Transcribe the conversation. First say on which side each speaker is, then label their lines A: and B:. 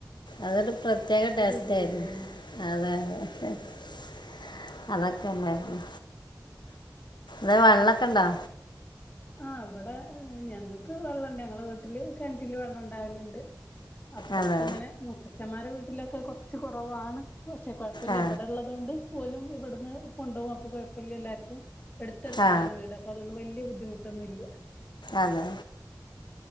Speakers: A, on the left (about 75°); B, on the left (about 20°).
A: അതൊരു പ്രത്യേക ടേസ്റ്റ്
B: രുചിയന്നല്ലേയ്ന്
A: ആയിരുന്നു അതെ <unintelligible> അതൊക്കണ്ടായിരുന്നു വെ വെള്ളൊക്കണ്ടോ
B: ആ ഇവടെ ഞങ്ങക്ക് വെള്ളണ്ട് ഞങ്ങളെ വീട്ടില് കെണറ്റില് വെള്ളം ഇണ്ടാവല്ണ്ട് അപ്പുറത്ത്
A: അതെ
B: ഇങ്ങനെ മൂത്തച്ന്മാരെ വീട്ടിലൊക്കെ കൊറച്ച് കൊറവാണ് പക്ഷെ കൊഴപ്പല്ല
A: ആ
B: ഇബടെ ഇള്ളതുകൊണ്ട് ഓലും ഇബട്ന്ന് കൊണ്ടോവും അപ്പൊ കൊഴപ്പല്ല എല്ലാർക്കും എടുത്ത് അടുത്തന്നെയാണ്
A: ആ
B: വീട് അപ്പൊ അതോണ്ട് വല്ല്യ ബുദ്ധിമുട്ടൊന്നുല്ല
A: അതെ